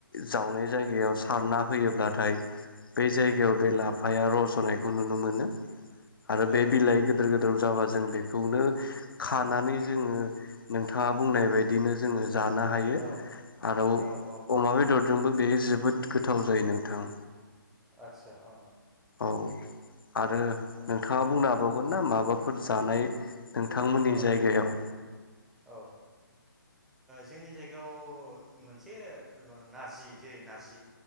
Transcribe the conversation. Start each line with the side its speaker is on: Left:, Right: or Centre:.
Left: जावनाय जायगायाव सारना होयोब्लाथाय बे जायगायाव बे लाफाया रज' नायखौ नुनो मोनो आरो
Centre: औ
Left: बे बिलाइ गोदोर गोदोर जाबा जों बेखौनो खानानै जोङो नोंथाङा बुंनाय
Centre: उम
Left: बायदिनो जोङो जानो हायो
Centre: औ
Left: आरो
Centre: औ औ
Left: अमा बेदर जोंबो जोबोद गोथाव जायो नोंथां
Centre: आतसा अ
Left: औ आरो
Centre: अ औ औ
Left: नोंथाङा बुंना हाबावगोन ना माबा फोर जानाय नोंथांमोननि
Centre: औ
Left: जायगायाव
Centre: औ जोंनि जायगायाव मोनसे नारजि जेरै नारजि